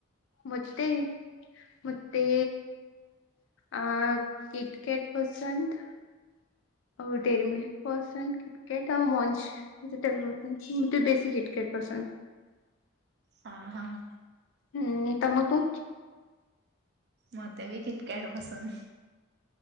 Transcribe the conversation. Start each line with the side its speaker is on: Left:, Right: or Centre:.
Left: ମତେ ମତେ ଆଁ କିଟକେଟ ପସନ୍ଦ। ଆଉ ଡେରିମିଲ୍କି ପସନ୍ଦ କିଟକାଟ ଆଉ ମଞ୍ଚ <unintelligible> ବେସିି କୀଟକାଟ ପସନ୍ଦ।
Right: ହଁ ହଁ।
Left: ହୁଁ ତମକୁ।
Right: ମତେ ବି କିଟକାଟ ପସନ୍ଦ।